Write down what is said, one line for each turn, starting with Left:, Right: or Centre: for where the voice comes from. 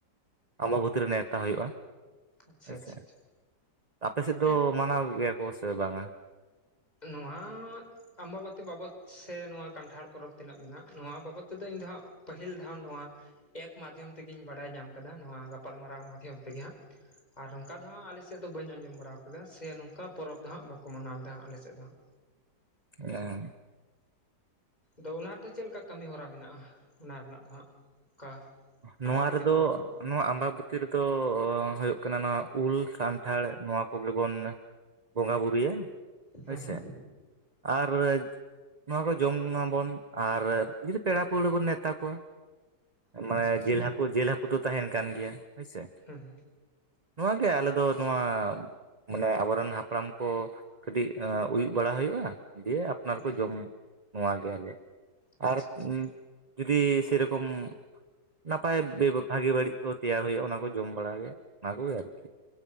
Right: ᱟᱢᱵᱟᱵᱚᱛᱤ ᱨᱮ ᱱᱮᱣᱛᱟ ᱦᱩᱭᱩᱜᱼᱟ
Left: ᱟᱪᱪᱷᱟ
Right: ᱦᱳᱭ
Left: ᱟᱪᱪᱷᱟ
Right: ᱥᱮ
Left: ᱟᱪᱪᱷᱟ
Right: ᱟᱯᱮᱥᱮᱫ ᱫᱚ
Left: ᱦᱮᱸ
Right: ᱢᱟᱱᱟᱣ ᱜᱮᱭᱟ ᱠᱚ ᱥᱮ ᱵᱟᱝᱟ
Left: ᱱᱚᱣᱟ ᱟᱢᱵᱟᱵᱟᱹᱛᱤ ᱵᱟᱵᱚᱛ ᱥᱮ ᱱᱚᱣᱟ ᱠᱟᱱᱴᱷᱟᱲ ᱯᱚᱨᱚᱵᱽ ᱛᱤᱱᱟᱹᱜ ᱢᱮᱱᱟᱜᱼᱟ ᱱᱚᱣᱟ ᱵᱟᱵᱚᱫ ᱛᱮᱫᱚ ᱤᱧ ᱫᱚ ᱦᱟᱸᱜ ᱯᱟᱹᱦᱤᱞ ᱫᱷᱟᱣ ᱱᱚᱣᱟ ᱮᱯ ᱢᱟᱫᱽᱫᱷᱚᱢ ᱛᱮᱜᱤᱧ ᱵᱟᱲᱟᱭ ᱧᱟᱢ ᱟᱠᱟᱫᱟ ᱱᱚᱣᱟ ᱜᱟᱯᱟᱞᱢᱟᱨᱟᱣ ᱢᱟᱫᱽᱫᱷᱚᱢ ᱛᱮᱜᱮ ᱦᱟᱸᱜ ᱟᱨ ᱱᱚᱝᱠᱟ ᱫᱚ ᱦᱟᱸᱜ ᱟᱞᱮ ᱥᱮᱫ ᱫᱚ ᱵᱟᱹᱧ ᱟᱸᱡᱚᱢ ᱵᱟᱲᱟ ᱠᱟᱫᱟ ᱥᱮ ᱱᱚᱝᱠᱟ ᱯᱚᱨᱚᱵᱽ ᱫᱚ ᱦᱟᱸᱜ ᱵᱟᱠᱚ ᱢᱟᱱᱟᱣ ᱮᱫᱟ ᱦᱟᱸᱜ ᱟᱞᱮ ᱥᱮᱫ ᱫᱚ ᱦᱟᱸᱜ
Right: ᱦᱮᱸ
Left: ᱫᱚ ᱚᱱᱟ ᱫᱚ ᱪᱮᱫ ᱞᱮᱠᱟ ᱠᱟᱹᱢᱤ ᱦᱚᱨᱟ ᱢᱮᱱᱟᱜᱼᱟ ᱚᱱᱟ ᱨᱮᱱᱟᱜ ᱫᱚ ᱦᱟᱸᱜ ᱚᱠᱟ
Right: ᱱᱚᱣᱟ
Left: ᱟᱢᱵᱟᱵᱟᱹᱛᱤ
Right: ᱨᱮᱫᱚ
Left: ᱯᱚᱨᱚᱵᱽ ᱠᱟᱱ
Right: ᱱᱚᱣᱟ ᱟᱢᱵᱟᱵᱟᱛᱤ ᱨᱮᱫᱚ ᱦᱩᱭᱩᱜ ᱠᱟᱱᱟ ᱱᱚᱣᱟ ᱩᱞ ᱠᱟᱱᱴᱷᱟᱲ ᱱᱚᱣᱟ ᱠᱚᱜᱮ ᱵᱚᱱ ᱵᱚᱸᱜᱟ ᱵᱩᱨᱩᱭᱟ ᱦᱳᱭᱥᱮ
Left: ᱦᱮᱸ
Right: ᱟᱨ ᱱᱚᱣᱟ ᱠᱚ ᱡᱚᱢ ᱟᱵᱚᱱ ᱟᱨ ᱡᱩᱫᱤ ᱯᱮᱲᱟ ᱯᱟᱹᱲᱩᱣᱟᱹ ᱵᱚᱱ ᱱᱮᱶᱛᱟ ᱠᱚᱣᱟ
Left: ᱦᱮᱸ
Right: ᱢᱟᱱᱮ
Left: ᱟᱪᱪᱷᱟ ᱟᱪᱪᱷᱟ
Right: ᱡᱤᱞ ᱦᱟᱹᱠᱩ ᱡᱤᱞ ᱦᱟᱹᱠᱩ ᱫᱚ ᱛᱟᱦᱮᱱ ᱠᱟᱱ ᱜᱮᱭᱟ ᱦᱳᱭᱥᱮ
Left: ᱦᱩᱸ
Right: ᱱᱚᱣᱟᱜᱮ ᱟᱞᱮ ᱫᱚ ᱱᱚᱣᱟ ᱢᱟᱱᱮ ᱟᱵᱚᱨᱮᱱ ᱦᱟᱯᱲᱟᱢ ᱠᱚ ᱠᱟᱹᱴᱤᱡ ᱚᱭᱩᱵ ᱵᱟᱲᱟ ᱦᱩᱭᱩᱜᱼᱟ ᱫᱤᱭᱮ ᱟᱯᱱᱟᱨᱠᱚ
Left: ᱦᱩᱸ
Right: ᱡᱚᱢ ᱱᱚᱣᱟ ᱜᱮ ᱟᱫᱚ
Left: ᱟᱪᱪᱷᱟ
Right: ᱟᱨ
Left: ᱟᱪᱪᱷᱟ
Right: ᱡᱩᱫᱤ ᱥᱮᱨᱚᱠᱚᱢ ᱱᱟᱯᱟᱭ ᱵᱮ ᱵᱷᱟᱜᱤ ᱵᱟᱹᱲᱤᱡ ᱠᱚ ᱛᱮᱭᱟᱨ ᱦᱩᱭᱩᱜᱼᱟ ᱚᱱᱟ ᱠᱚ ᱡᱚᱢ ᱵᱟᱲᱟᱜᱮ ᱚᱱᱟ ᱠᱚᱜᱮ ᱟᱨᱠᱤ